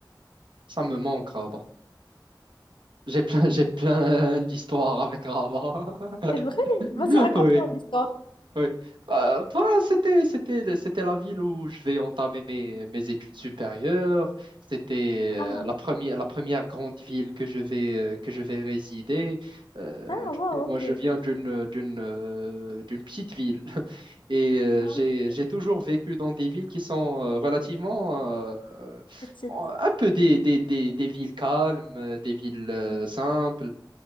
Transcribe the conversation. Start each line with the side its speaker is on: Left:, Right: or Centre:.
Right: Ça me manque, Rabat. J'ai plein, j'ai plein d'histoires avec Rabat. <laughs>
Left: C'est vrai? Vas-y, raconte-moi l'histoire.
Right: Oui, oui. Euh, bah, c'était, c'était, c'était la ville où je vais entamer mes, mes études supérieures. C'était euh,
Left: Ah,
Right: la première, la première grande ville que je vais, euh, que je vais résider. Euh,
Left: ah,
Right: tu
Left: wow,
Right: sais, moi,
Left: ok.
Right: je viens d'une, d'une, euh, d'une petite ville <laughs> et euh,
Left: Ah,
Right: j'ai,
Left: ok,
Right: j'ai toujours vécu dans des villes qui sont euh, relativement euh, euh,
Left: petite.
Right: un peu des, des, des, des villes calmes, des villes euh,
Left: Hmm.
Right: simples.